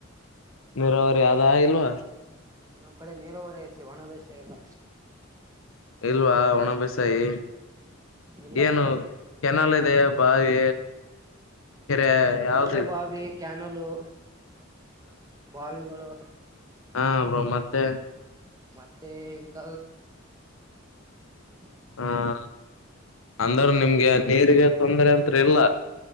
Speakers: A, on the left (about 75°); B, on the right (about 20°).
A: ನೀರಾವರಿ ಅದ ಇಲ್ವಾ.
B: ನಮ್ ಕಡೆ ನೀರಾವರ ಐತಿ ಒಣ ದಷ ಇಲ್ಲ
A: ಇಲ್ವಾ ಒಣ ಬೆಸಾಯಿ.
B: ಇಲ್ಲ
A: ಏನು ಕೆನಲ್ ಇದೆ ಬಾವಿ ಕೆರೆ
B: ಕೊಳವೆ
A: ಯಾವ್ದ -
B: ಬಾವಿ ಕ್ಯಾನಲು ಬಾವಿಗಳು
A: ಹಾ ಬ್ರೋ ಮತ್ತೆ
B: ಮತ್ತೆ ಇಂತ <unintelligible>
A: ಹ ಅಂದ್ರ ನಿಮ್ಗ ನೀರಿಗೆ ತೊಂದರೆ ಅತ್ರಿ ಇಲ್ಲ.